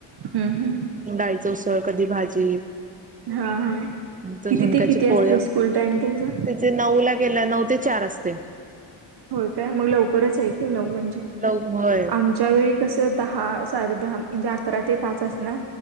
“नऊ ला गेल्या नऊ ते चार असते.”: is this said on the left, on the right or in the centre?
Right